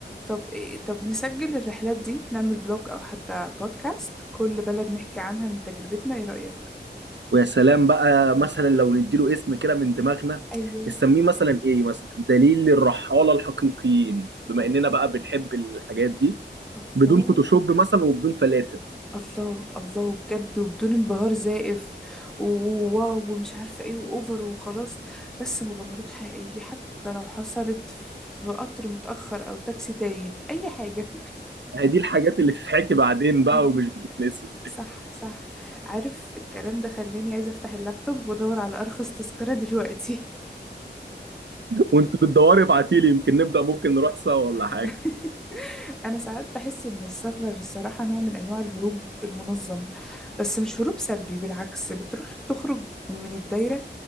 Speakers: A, in the centre; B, on the right.
A: طب إيه- طب نسجل الرحلات دي نعمل بلوج أو حتى بودكاست كل بلد نحكي عنها من تجربتنا إيه رأيك؟
B: ويا سلام بقى مثلا لو نديله اسم كده من دماغنا
A: أيوه
B: نسميه مثلا إيه مثلا دليل الرحالة الحقيقيين بما
A: الله
B: إننا بقى بنحب الحاجات دي
A: الله
B: بدون فوتوشوب مثلا وبدون فلاتر
A: الله الله بجد وبدون انبهار زائف وواو ومش عارفة ايه واوفر وخلاص بس مغامرات حقيقية حتى لو حصلت في قطر متأخر او تاكسي تايه اي حاجة
B: هي دي الحاجات اللي تتحكي بعدين
A: <laughs>
B: بقى
A: اي
B: ومش بتتنسي
A: صح صح عارف الكلام ده خلاني عايزة افتح اللابتوب وادور على ارخص تذكرة دلوقتي
B: وانت بتدوري ابعتي لي يمكن نبدا ممكن نروح سوا ولا حاجه
A: <laughs> انا ساعات بحس ان السفر الصراحة نوع من انواع الهروب المنظم بس مش هروب سلبي بالعكس بتروح تخرج من الدايرة